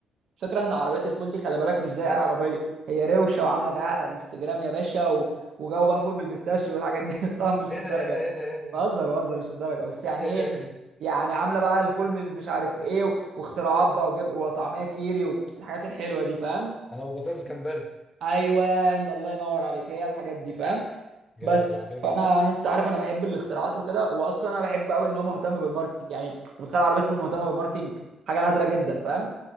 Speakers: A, on the right; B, on the left.
A: فكره ان عربيه الفول دي خلي بالك مش زي اي عربيه هي روشه وعامله دعايه على انستجرام يا باشا و... وجو بقى فول بالبيستاشيو والحاجات دي <laughs> بس طبعا مش
B: ايه
A: للدرجه
B: ده ايه ده
A: يعني.
B: ايه ده ايه ده ايه
A: بهزر
B: ده
A: بهزر مش للدرجه بس يعني
B: <laughs>
A: ايه يعني عامله بقى الفول من مش عارف ايه و... واختراعات بقى وجب... وطعميه كيري والحاجات الحلوه دي فاهم
B: انا وبطاطس جمبري
A: ايوه الله ينور عليك هي الحاجات دي فاهم
B: جامد
A: بس
B: وبعدين إيه؟
A: فانا انا انت عارف انا بحب الاختراعات وكده واصلا انا بحب قوي ان هو مهتم بالماركتنج يعني انت بتخيل عربيه فول مهتمه بالماركتنج حاجه نادره جدا فاهم